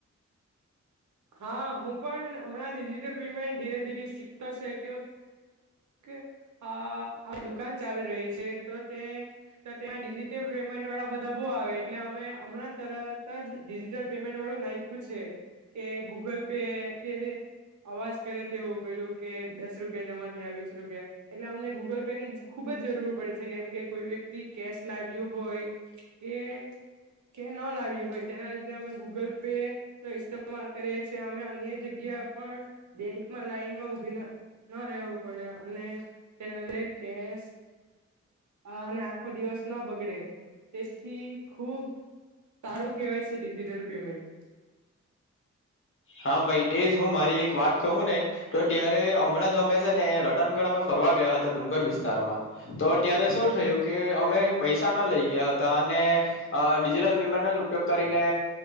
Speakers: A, on the right (about 75°); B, on the left (about 45°).
A: હા હું પણ હમણાં ડિજિટલ પેમેન્ટ ધીરે-ધીરે શીખતો સે કે કે અહ આ દુકાન ચાલી રહી છે તો તે તો ત્યાં ડિજિટલ પેમેન્ટ વાળા બધા બહુ આવે, એટલે અમે હમણાં તરત જ ડિજિટલ પેમેન્ટ વાળું નાયખું છે. કે ગૂગલ પે <unintelligible> અવાજ કરે તેવું પેલું કે દસ રૂપિયા જમા થયા, વીસ રૂપિયા એટલે અમને ગૂગલ પે ની ખુબ જ જરૂર પડે છે, કેમ કે કોઈ વ્યક્તિ કેશ લાવ્યું હોય કે કે ન લાવ્યું હોય તેના લીધે અમે ગૂગલ પે નો ઇસ્તેમાલ કરીએ છીએ અમે અન્ય જગ્યા પણ બેંકમાં લાઈન માં ઉભી ન ન રહેવું પડે. અને તેના લે કેશ આ અને આખો દિવસ ન બગડે, તેથી ખુબ સારું કેહેવાય છ ડિજિટલ પેમેન્ટ
B: હા ભાઈ તેજ. હું મારી એક વાત કહું ને તો ત્યારે હમણાં જ અમે છે ને રતનગઢ અમે ફરવા ગયા હતા ડુંગર વિસ્તારમાં, તો ત્યારે શું થયું કે અમે પૈસા ના લઈ ગયા હતા અને ડિજિટલ અહ પેમેન્ટનો જ ઉપયોગ કરીને